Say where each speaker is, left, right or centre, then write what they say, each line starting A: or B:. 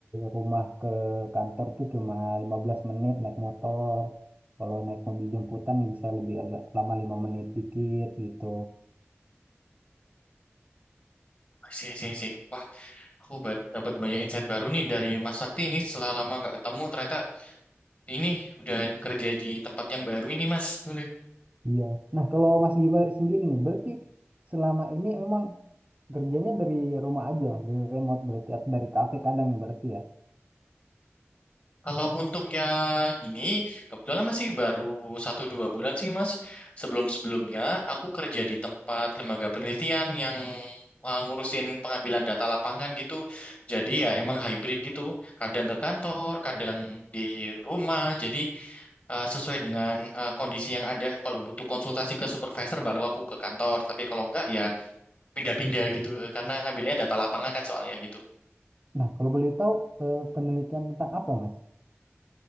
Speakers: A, on the right (about 35°); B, on the left (about 45°).
A: rumah ke kantor tuh cuma 15 menit naik motor. Kalau naik mobil jemputan bisa lebih agak lama 5 menit dikit gitu.
B: Sih, sih, sih. Wah, aku dapat banyak insight baru nih dari Mas Sakti ini setelah lama nggak ketemu ternyata Ini udah kerja di tempat yang baru ini Mas. Udah.
A: Iya. Nah, kalau Mas Givari sendiri nih, berarti selama ini memang Kerjanya dari rumah aja, dari remote berarti atau dari kafe kadang berarti ya.
B: Kalau untuk yang ini, kebetulan masih baru satu dua bulan sih Mas. Sebelum-sebelumnya aku kerja di tempat lembaga penelitian yang uh, ngurusin pengambilan data lapangan gitu. Jadi ya emang hybrid gitu. Kadang ke kantor, kadang di rumah. Jadi uh, sesuai dengan uh, kondisi yang ada. Kalau butuh konsultasi ke supervisor baru aku ke kantor. Tapi kalau enggak ya pindah-pindah gitu. Karena ngambilnya data lapangan kan soalnya gitu.
A: Nah, kalau boleh tahu eh, penelitian tentang apa, Mas?